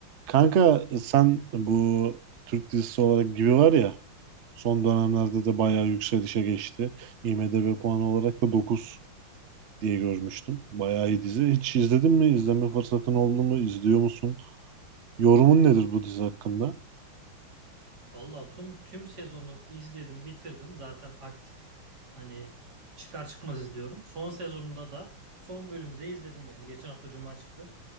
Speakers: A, on the right (about 75°); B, on the right (about 50°).
A: Kanka sen bu Türk dizisi olarak gibi var ya son dönemlerde de bayağı yükselişe geçti. IMDb puanı olarak da 9 diye görmüştüm. Bayağı iyi dizi. Hiç izledin mi? İzleme fırsatın oldu mu? İzliyor musun? Yorumun nedir bu dizi hakkında?
B: Vallahi tüm tüm sezonu izledim, bitirdim. Zaten aktif hani çıkar çıkmaz izliyorum. Son sezonunda da son bölümü de izledim yani. Geçen hafta Cuma çıktı.